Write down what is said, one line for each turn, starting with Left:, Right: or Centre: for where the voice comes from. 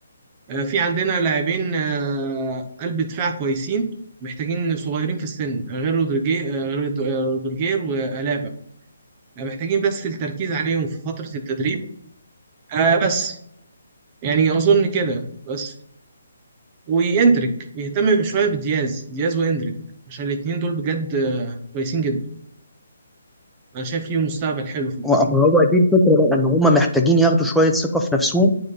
Right: آه، في عندنا لاعبين آه، قلب دفاع كويسين محتاجين صغيرين في السن غير رودريجير غير رودريجير والابا يعني محتاجين بس التركيز عليهم في فترة التدريب آه بس يعني أظن كده بس وإندريك يهتم بشوية بدياز دياز وإندريك عشان الاتنين دول بجد آه، كويسين جدا أنا شايف ليهم مستقبل حلو في الفريق
Centre: ما هو دي الفكرة بقى ان هم محتاجين ياخدوا شوية ثقة في نفسهم